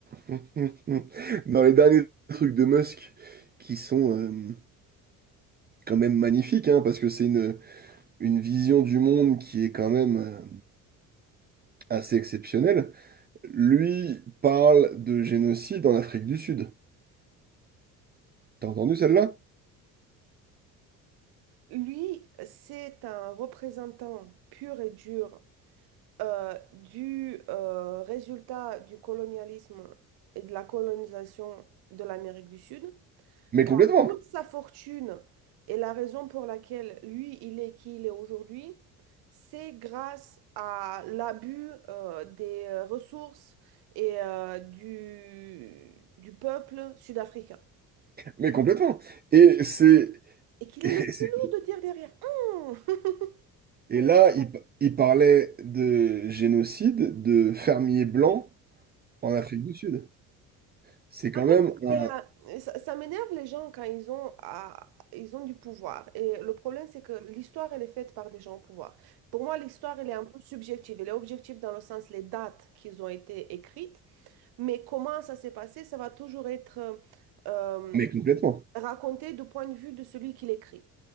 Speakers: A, on the right; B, on the right.
A: <laughs> dans les derniers trucs de Musk qui sont euh, quand même magnifiques, hein, parce que c'est une, une vision du monde qui est quand même euh, assez exceptionnelle. Lui parle de génocide en Afrique du Sud. T'as entendu celle-là?
B: Lui, c'est un représentant pur et dur euh, du euh, résultat du colonialisme et de la colonisation de l'Amérique du Sud.
A: Mais
B: Car
A: complètement.
B: toute sa fortune et la raison pour laquelle lui, il est qui il est aujourd'hui, c'est grâce à l'abus euh, des euh, ressources et euh, du, du peuple sud-africain.
A: Mais complètement. Et c'est
B: Et qu'il
A: <laughs> et
B: est le culot
A: c'est-
B: de dire derrière, Hum <laughs>
A: et
B: Mais
A: là, il, pa- il parlait de génocide de fermiers blancs en Afrique du Sud. C'est quand
B: en
A: même
B: fait,
A: un...
B: il a, ça, ça m'énerve les gens quand ils ont, à- ils ont du pouvoir. Et le problème, c'est que l'histoire, elle est faite par des gens au pouvoir. Pour moi, l'histoire, elle est un peu subjective. Elle est objective dans le sens les dates qui ont été écrites, Mais comment ça s'est passé, ça va toujours être euh, euh,
A: Mais complètement.
B: raconté du point de vue de celui qui l'écrit.